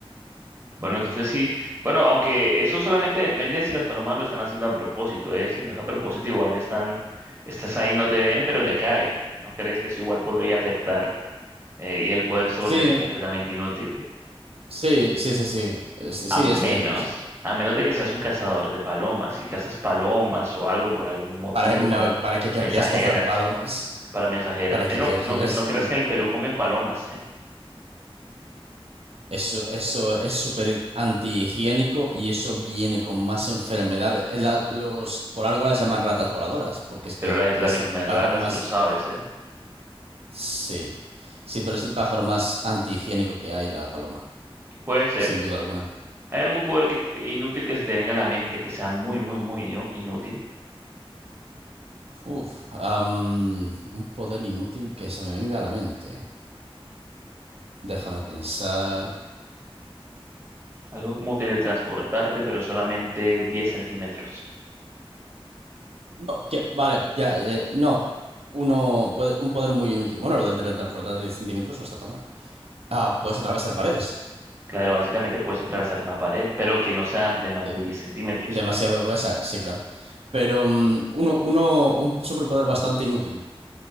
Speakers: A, on the right; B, on the right.
A: Bueno, entonces sí, bueno, aunque eso solamente depende si las palomas lo están haciendo a propósito, ¿eh? Si no es a propósito, igual están, estás ahí, no te ven, pero te cae. ¿No crees que eso igual podría afectar eh, y el poder se
B: Sí,
A: volvería completamente inútil?
B: sí, sí, sí, sí, Es-
A: A
B: sí,
A: menos,
B: es cierto, sí.
A: a menos de que seas un cazador de palomas y cazas palomas o algo por algún motivo
B: ¿Para, no,
A: para
B: ¿para qué querrías
A: mensajeras,
B: cazar palomas?
A: para mensajeras.
B: ¿Para
A: Eh,
B: qué
A: no,
B: querrías?
A: no, cre- no creas que en el Perú comen palomas, ¿eh?
B: Eso, eso es súper antihigiénico y eso viene con más enfermedades. Eh, las- los, por algo las llaman ratas voladoras, porque es que
A: Pero la gente
B: es
A: también come
B: el
A: ratas
B: pájaro más...
A: y lo sabes, ¿eh?
B: Sí, sí, pero es el pájaro más antihigiénico que hay, la paloma,
A: Puede ser.
B: sin duda alguna.
A: ¿Hay algún poder que te- inútil que se te venga a la mente que sea muy, muy, muy inu- inútil?
B: Uf, am, un poder inútil que se me venga a la mente. Déjame pensar.
A: Algo como teletransportarte, pero solamente 10 centímetros.
B: No, que, vale, ya, eh, no. Uno puede, un poder muy inútil. Bueno, lo del teletransportar de 10 centímetros no está tan mal. Ah, puedes atravesar paredes.
A: Claro, básicamente puedes atravesar una pared, pero que no sea de más
B: Sí.
A: de 10 centímetros.
B: Demasiado gruesa, sí, claro. Pero mm, uno, uno, un superpoder bastante inútil.